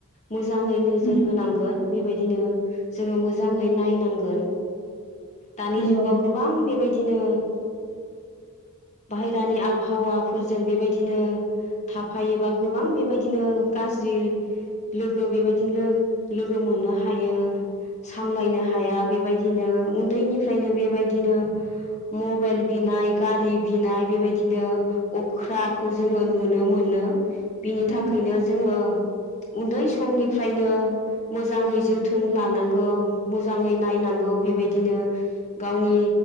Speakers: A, on the left; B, on the left.
A: मोज जाङै नोजोर
B: उम
A: होनांगोन बेबायदिनो जोङो मोजाङै नायनांगोन। दानि
B: नंगौ
A: जुगाव गोबां बेबायदिनो बाहेरानि आबहावाफोरजों बेबायदिनो थाफायोबा गोबां बेबायदिनो गाज्रि लोगो बेबायदिनो लोगोम मोननो हायो। सामलायनो हाया बेबायदिनो उन्दैनिफ्रायनो बेबायदिनो मबेइल बिनाय गारि बिनाय बेबायदिनो अख्राखौ जोङो नुनो मोनो। बिनि थाखायनो
B: औ
A: जोङो उन्दै समनिफ्रायनो मोजाङै जोथोन लानांगौ मोजाङै नायनांगौ बेबायदिनो गावनि